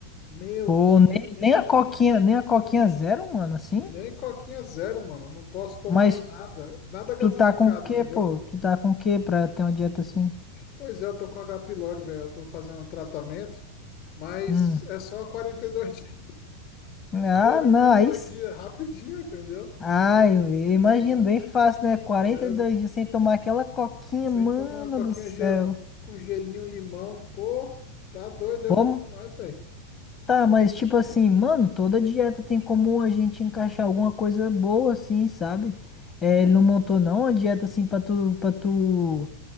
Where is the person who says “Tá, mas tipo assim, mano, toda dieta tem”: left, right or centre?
Left